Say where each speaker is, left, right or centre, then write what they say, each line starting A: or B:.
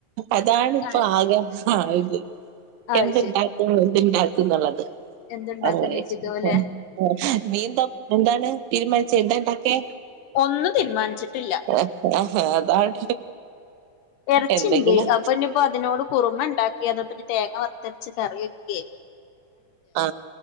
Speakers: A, on the right; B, on the left.
A: അതാണ് ഇപ്പോ
B: അത്
A: ആകെ ആയത്.
B: അത്
A: എന്തുണ്ടാക്കും
B: ശരി
A: എന്തുണ്ടാക്കും ന്നുള്ളത്.
B: എന്തുണ്ടാക്കും
A: അ <unintelligible>
B: ചോയിച്ചിട്ടാവുല്ലേ
A: നീന്താ എന്താണ് ചിന്താണ്ടൊക്കെ
B: ഒന്നും തീരുമാനിച്ചിട്ടില്ല
A: <unintelligible> ആ അതാണ്
B: ഇറച്ചിണ്ട്
A: എന്തെങ്കിലും
B: അപ്പൊ ഇന്നയിപ്പോ അതിനോട് കുറുമ ഉണ്ടാക്ക <unintelligible> പിന്നെ തേങ്ങ വറുത്തരച്ച കറിയൊക്കെ
A: ആ